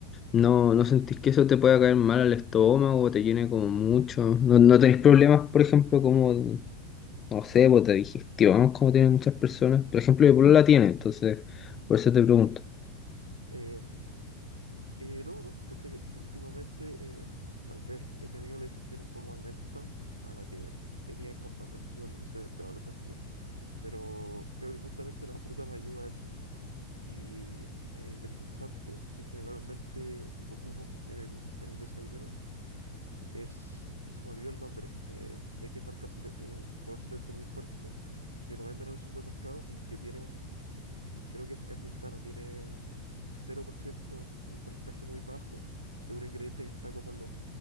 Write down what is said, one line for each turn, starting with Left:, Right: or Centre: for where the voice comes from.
Left: No,
Right: claro,
Left: ¿no sentís que eso te pueda caer mal al estómago, o te llene como mucho? ¿No, no tenés problemas, por ejemplo, como, no sé, pues de digestión, como tienen muchas personas? Por ejemplo, mi polola la tiene, entonces, por eso te pregunto.
Right: em, eh, no, no, ¿cachai? Que últimamente em, tal vez he tenido la digestión un poco más lenta a la que tenía en comparación, no sé, de adolescente, pero creo que justamente la fruta me ayuda a eso. Y eh, el endulzante que generalmente ocupo en el, en el desayuno, Es, se me olvidó el nombre. eh, sé que es marca cele- eh, un color celeste muy fuerte, que lo venden en el supermercado y que tiene un, creo que es, es muy sano, tiene un 0%, un un porcentaje muy bajo de un ingrediente que está como en los